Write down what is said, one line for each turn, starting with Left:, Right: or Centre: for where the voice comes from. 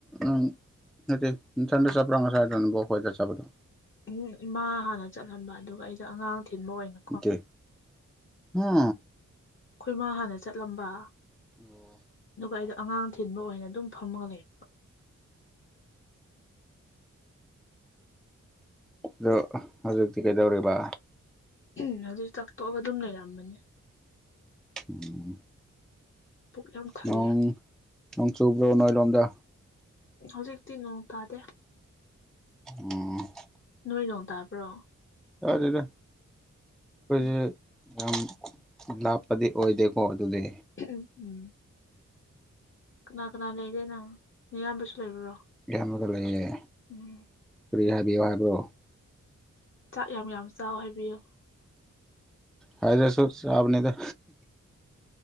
Centre: ꯎ ꯅꯠꯇ ꯆꯟ ꯆꯥꯄꯔꯉ ꯁꯥꯏꯣꯋꯥꯗ ꯆꯗ
Left: ꯎꯝ ꯏꯃꯥ ꯍꯥꯟꯅ ꯆꯠꯍꯟꯕ ꯑꯗꯨꯒ ꯑꯩꯗꯣ ꯑꯉꯥꯡ ꯊꯤꯟꯕ ꯑꯣꯏꯅ
Centre: ꯗꯦ ꯍꯥ
Left: ꯑꯩꯈꯣꯏ ꯃꯥ ꯍꯥꯟꯅ ꯆꯠꯂꯝꯕ
Centre: ꯑꯣ
Left: ꯑꯗꯨꯒ ꯑꯩꯗꯣ ꯑꯉꯥꯡ ꯊꯤꯟꯕ ꯑꯣꯏꯅ ꯑꯗꯨꯝ ꯐꯝꯃꯒ ꯂꯩꯔ
Centre: ꯑꯗꯣ ꯍꯧꯖꯤꯛꯇꯤ ꯀꯩꯗꯧꯔꯤꯕ
Left: ꯎꯝ ꯑꯗꯨ ꯇꯥꯛꯊꯣꯛꯑꯒ ꯑꯗꯨꯝ ꯂꯩꯔꯝꯕꯅꯤ
Centre: ꯎꯝ
Left: ꯄꯨꯛ ꯌꯥꯝ ꯊꯜꯂꯦ
Centre: ꯅꯣꯡ ꯅꯣꯡ ꯆꯨꯕ꯭ꯔꯣ ꯅꯣꯏ ꯂꯣꯝꯗ
Left: ꯍꯧꯖꯤꯛꯇꯤ ꯅꯣꯡ ꯇꯥꯗꯦ
Centre: ꯎꯝ
Left: ꯅꯣꯏ ꯅꯣꯡ ꯇꯥꯕ꯭ꯔꯣ
Centre: ꯇ ꯑꯗꯨꯗ ꯍꯧꯁꯨ
Left: ꯎꯝ
Centre: ꯌꯥꯝ ꯂꯥꯞꯄꯗꯤ ꯑꯣꯏꯗꯦꯀꯣ ꯑꯗꯨꯗꯤ
Left: ꯝ ꯎꯝ ꯀꯅꯥ ꯀꯅꯥ ꯂꯩꯒꯦ ꯅꯪ ꯃꯤꯌꯥꯝꯕꯁꯨ ꯂꯩꯕ꯭ꯔꯣ
Centre: ꯌꯥꯝꯃꯒ ꯂꯩꯔꯦ
Left: ꯎꯝ
Centre: ꯀꯔꯤꯌꯥꯕꯤ ꯋꯥꯕ꯭ꯔꯣ
Left: ꯆꯥꯛ ꯌꯥꯝ ꯌꯥꯝ ꯆꯥꯎ ꯍꯥꯏꯕꯤꯌꯨ
Centre: ꯍꯥꯏꯗꯁꯨꯣ ꯁꯥꯕꯅꯤꯗ